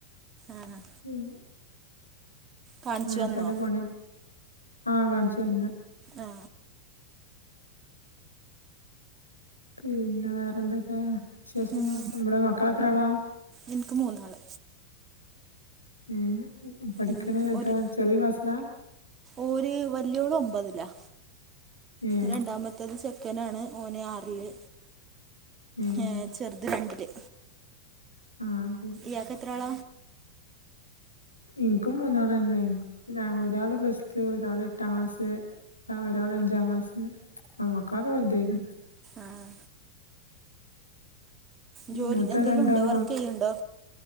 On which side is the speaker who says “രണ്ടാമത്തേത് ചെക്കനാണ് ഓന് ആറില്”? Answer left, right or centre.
Right